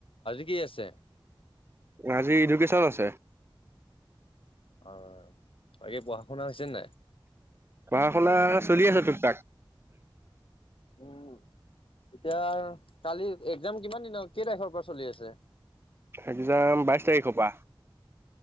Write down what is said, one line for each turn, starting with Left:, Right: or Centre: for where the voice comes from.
Left: আজি কি আছে?
Right: আজি ইডুকেশচন আছে।
Left: অ বাকী পঢ়া শুনা হৈছে নাই?
Right: পঢ়া শুনা চলি আছে তোক তাক।
Left: উম <unintelligible> এতিয়া কালি এক্জাম কিমান দিনৰ কেই তাৰিখৰ পৰা চলি আছে?
Right: এক্জাম বাইশ তাৰিখৰ পৰা।